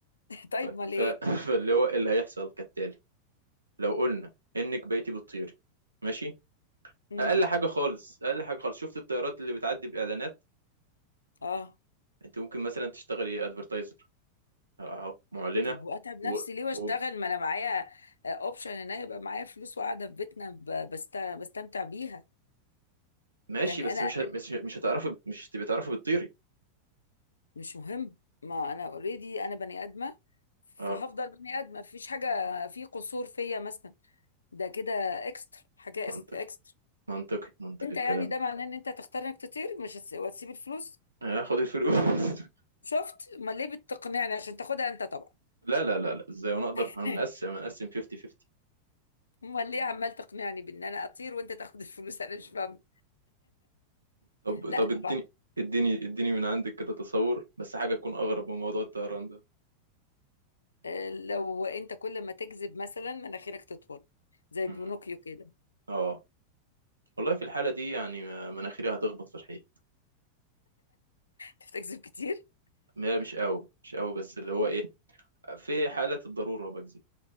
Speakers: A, on the left (about 70°); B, on the right (about 75°).
A: <laughs>
B: ف...
A: طيب ما ليه
B: ف... <laughs> فاللي هو إيه اللي هيحصل كالتالي لو قلنا انك بقيتي بتطيري ماشي
A: امم
B: اقل حاجة خالص اقل حاجة خالص شفت الطيارات اللي بتعدي باعلانات
A: اه
B: انت ممكن مثلا تشتغلي ادفرتايزر اهو معلنة
A: طب واتعب نفسي
B: و...
A: ليه واشتغل
B: و...
A: ما انا معايا اوبشن ان انا يبقى معايا فلوس وقاعده في بيتنا ب- بست... بستمتع بيها
B: ماشي
A: يعني
B: بس
A: انا
B: مش ه- مش مش هتعرفي مش هتبقي تعرفي بتطيري
A: مش مهم ما انا اوريدي انا بني ادمه فهفضل
B: اه
A: بني ادمه مفيش حاجه في قصور فيا مثلا ده كده اكسترا حاجه
B: منطقي
A: إس- اكسترا
B: منطقي منطقي
A: انت
B: الكلام
A: يعني ده معناه ان انت تختار انك تطير مش هتس- وتسيب الفلوس
B: هاخد الفلوس <laughs>
A: شفت امال ليه بتقنعني عشان تاخدها انت طبعا
B: لا لا لا لا ازاي وانا اقدر
A: <laughs>
B: هنقسم هنقسم 50 50
A: امال ليه عمال تقنعني بان انا اطير وانت تاخد الفلوس انا مش فاهم
B: طب
A: لا
B: طب اديني
A: طبعا
B: اديني اديني من عندك كده تصور بس حاجة تكون اغرب من موضوع الطيران ده
A: آه، لو انت كل ما تكذب مثلا مناخيرك تطول زي
B: مم.
A: بينوكيو كده <laughs>
B: اه والله في الحالة دي يعني ما- مناخيري هتخبط في الحيط
A: انت بتكذب كتير
B: هي مش قوي مش قوي بس اللي هو ايه في حالة الضرورة بكذب